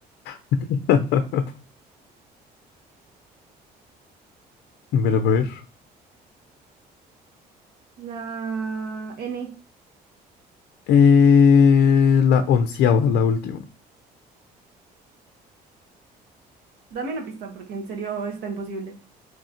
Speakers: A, on the left; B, on the right.
A: <laughs> A ver, a ver.
B: la N.
A: Eh, la onceava, la última.
B: Dame una pista porque en serio está imposible.